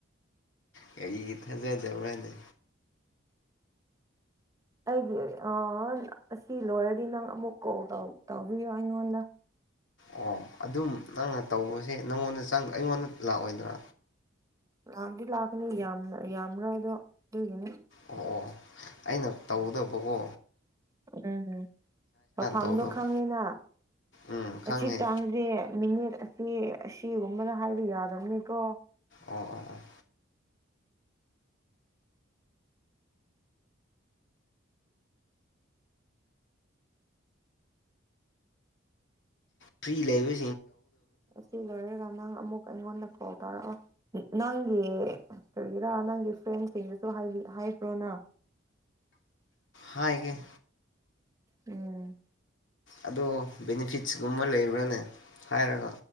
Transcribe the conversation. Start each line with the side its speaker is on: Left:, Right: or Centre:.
Left: ꯀꯔꯤꯒꯤ ꯊꯥꯖꯗꯕꯅꯦ
Right: ꯑꯩꯒꯤ ꯑꯁꯤ ꯂꯣꯏꯔꯗꯤ ꯅꯪ ꯑꯃꯨꯛ ꯀꯣꯜ ꯇꯧꯕꯤꯌꯣ ꯑꯩꯉꯣꯟꯗ
Left: ꯑꯣ ꯑꯗꯨꯝ ꯅꯪꯅ ꯇꯧꯕꯁꯦ ꯅꯪꯉꯣꯟꯗ ꯆꯪ ꯑꯩꯉꯣꯟꯗ ꯂꯥꯛꯑꯣꯏꯗ꯭ꯔꯥ
Right: ꯂꯥꯛꯗꯤ ꯂꯥꯛꯀꯅꯤ ꯌꯥꯝꯅ ꯌꯥꯝꯔꯣꯏ ꯍꯥꯏ ꯑꯗꯣ ꯑꯗꯨꯒꯤꯅꯤ
Left: ꯑꯣ ꯑꯣ ꯑꯩꯅ ꯇꯧꯗꯕꯀꯣ
Right: ꯎꯝꯝ ꯃꯐꯝꯗꯣ
Left: ꯇꯧꯗꯕ
Right: ꯈꯪꯉꯦꯅ
Left: ꯎꯝ ꯈꯪꯉꯦ
Right: ꯑꯁꯤ ꯆꯥꯡꯁꯦ ꯃꯤꯅꯦꯠ ꯑꯁꯤ ꯆꯦꯒꯨꯝꯕꯗ ꯍꯥꯏꯕ ꯌꯥꯗꯕꯅꯤꯀꯣ
Left: ꯑꯣ ꯑꯣ ꯑꯣ ꯐꯔꯤ ꯂꯩꯕ
Right: ꯑꯁꯤ ꯂꯔ ꯔꯅꯅꯥ ꯑꯃꯨꯛ ꯑꯩꯉꯣꯟꯗ ꯀꯣꯜ ꯇꯧꯔꯛ ꯅꯪꯒꯤ ꯀꯔꯤꯒꯤꯔꯥ ꯅꯪꯒꯤ ꯐ꯭ꯔꯦꯟꯁꯤꯡꯗꯁꯨ ꯍꯥꯏꯕ꯭ꯔꯣꯅ
Left: ꯍꯒꯤꯦ
Right: ꯎꯝ
Left: ꯑꯗꯣ ꯕꯦꯅꯤꯐꯤꯠꯁꯒꯨꯝꯕ ꯂꯩꯕ꯭ꯔꯥꯅꯦ ꯍꯥꯏꯥꯏꯔꯒ